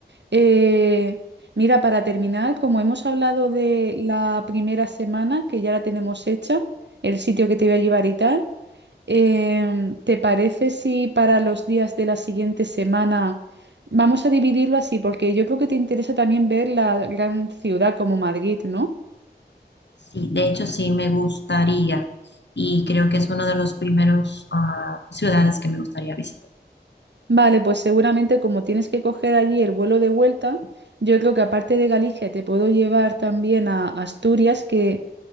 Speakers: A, on the right (about 80°); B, on the left (about 80°).
A: Eh, mira, para terminar, como hemos hablado de la primera semana, que ya la tenemos hecha, el sitio que te voy a llevar y tal, em, ¿te parece si para los días de la siguiente semana vamos a dividirlo así? Porque yo creo que te interesa también ver la gran ciudad como Madrid, ¿no?
B: Sí, de hecho sí me gustaría y creo que es uno de los primeros ah, ciudades que me gustaría visitar.
A: Vale, pues seguramente como tienes que coger allí el vuelo de vuelta, yo creo que aparte de Galicia te puedo llevar también a Asturias, que